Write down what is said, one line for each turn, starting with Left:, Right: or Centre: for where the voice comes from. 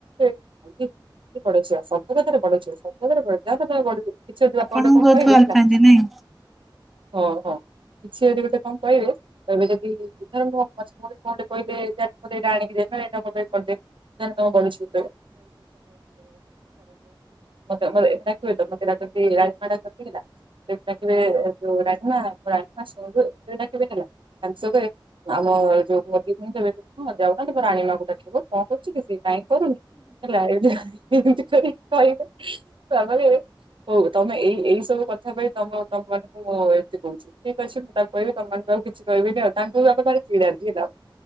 Right: <unintelligible> ବଡ ଝିଅ ସବୁ କଥାରେ ବଡ଼ଝିଅ ସବୁବେଳେ ବଡ଼ଝିଅ ଯାନେମୋ ବଡଝିଅ କିଛି ଗୋଟେ ବାପା
Centre: ଆପଣଙ୍କୁ
Right: ଗୋଟେ
Centre: ବହୁତ
Right: କହିବେ
Centre: ଭଲ
Right: ହେଲା
Centre: ପାଆନ୍ତି ନାଇଁ
Right: ହଁ ହଁ କିଛି ଯଦି ଗୋଟେ କଣ କହିବେ ତ ଏବେ ଯଦି କେ କହିଲେ ଏଇଟା ଆଣିକି ଦେଇନୁ ଏଇଟି କରିଦେ <unintelligible> ବଡ ଝିଅ ମତେ ମ ଏଟ କି ମେତେ ଡାକନ୍ତି ରାଜମା ଡ଼ାକନ୍ତି ହେଲା ତାଟ ଯୋ ରାଜମା ରାଜମା ସୁଣିଲୁ କେବେ ଡାକିବେ ହେଲା। ତା ସେ କହିବେ ଆମ ଯୋଉ ମୋଦି କୁହ ଏବେ କଣ ଯାଉ ନାର ରାଣୀମାଙ୍କୁ ଡାକିବ କଣ କରୁଛି କି ସିଏ? କାଇଁ କରୁନି ହେଲା <unintelligible> ହଉ ତମେ ଏଇ ଏଇ ସବୁ କଥା ପାଇଁ ତମ ତମ ମାନଙ୍କୁ ମୁଁ ଏମତି କହୁଛି। ଠିକ୍ ଅଛି ମୁଁ ତାକୁ କହିବି ତମ ମାନଙ୍କୁ ଆଉ କିଛି କହିବିନି ଆଉ ତାଙ୍କୁ ବି ଆ ଚ କିିଡାନ୍ତି ହେଲା।